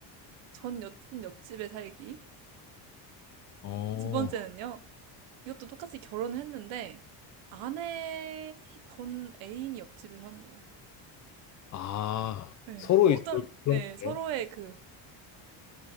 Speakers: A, on the right; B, on the left.
A: 전 여친 옆집에 살기.
B: 어,
A: 두 번째는요, 이것도 똑같이 결혼을 했는데 아내 전 애인이 옆집에 사는 거예요.
B: 아,
A: 네.
B: 서로
A: 뭐
B: 이제
A: 어떤,
B: 그런
A: 네. 서로의
B: 거예요.
A: 그,